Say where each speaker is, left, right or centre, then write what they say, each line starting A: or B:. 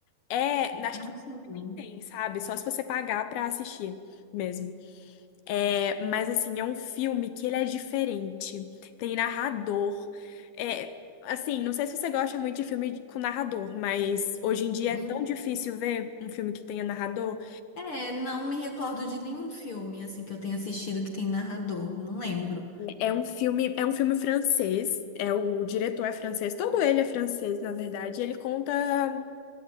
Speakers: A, on the left (about 75°); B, on the left (about 55°).
A: é, acho
B: Acho
A: que
B: não.
A: nem tem, sabe? Só se você pagar pra assistir mesmo. É, mas assim, é um filme que ele é diferente. Tem narrador. É, assim, não sei se você gosta muito de filme com narrador, mas hoje em dia
B: Hum.
A: é tão difícil ver um filme que tenha narrador.
B: É, não me recordo de nenhum filme assim que eu tenha assistido que tem narrador. Não lembro.
A: É um filme, é um filme francês. É o diretor é francês, todo ele é francês, na verdade. e Ele conta